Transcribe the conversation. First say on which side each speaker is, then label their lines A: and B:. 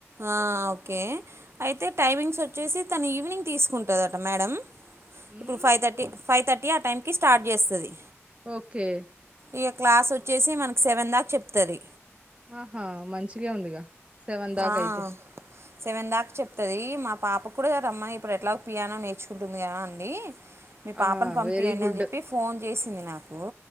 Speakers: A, on the right; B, on the right.
A: ఆ ఒకే అయితే టైమింగ్స్ వచ్చేసి తను ఈవినింగ్ తీసుకుం టదట మేడం
B: ఉమ్,
A: ఇప్పుడు ఫైవ్ థర్టీ ఫైవ్ థర్టీ ఆ టైం కీ స్టార్ట్ చేస్తంది
B: ఒకే
A: ఇక క్లాస్ వచ్చేసి మనకి సెవెన్ దాక చెప్తది
B: ఆహా మంచిగా ఉందిగా సెవెన్ దాకా
A: ఆ
B: అయితే
A: సెవెన్ దాక చెప్తుంది మా పాప కూడ రమ్మని ఇప్పుడు ఎట్లా పియానో నేర్చుకుంటుంది కదా అండి మీ పాపను
B: ఆ
A: పంపియండి
B: వెరీ గుడ్
A: అని చెప్పి ఫోన్ చేసింది నాకు